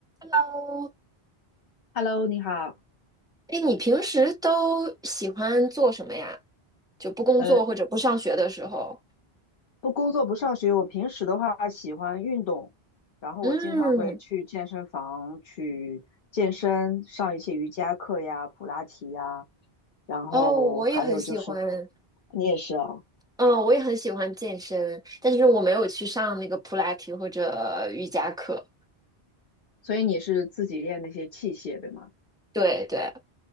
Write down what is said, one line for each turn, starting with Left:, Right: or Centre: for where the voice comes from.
Centre: 哦，
Left: Hello，你好。
Centre: 哎，你平时都喜欢做什么呀？就不工作或者不上学的时候？
Left: 呃，不工作不上学，我平时的话喜欢运动，然后我经常会去健身房去健身，
Centre: 嗯，
Left: 上一些瑜伽课呀、普拉提呀，然后还有就是，
Centre: 哦，我也很喜欢，
Left: 你也是哦，
Centre: 嗯，我也很喜欢健身，但是我没有去上那个普拉提或者瑜伽课。
Left: 所以你是自己练那些器械，对吗？
Centre: 对对，